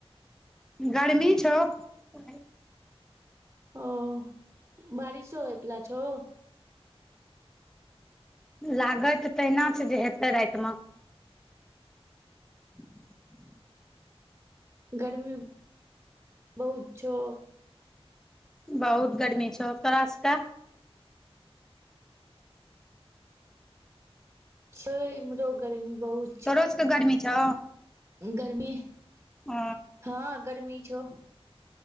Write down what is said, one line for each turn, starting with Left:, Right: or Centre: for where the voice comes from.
Centre: गरमि छौ ओ।
Right: ओ बारिशो होइ पला छै।
Centre: लागत तहिना छै जे हेते राति मे <inaudible>
Right: गरमी बहुत छै।
Centre: बहुत गर्मी छै तो रास्ता
Right: छै एमहरो गर्मी बहुत छै,
Centre: तोरो सबके गर्मी छौ
Right: गर्मी
Centre: ओ
Right: हँ गरमी छै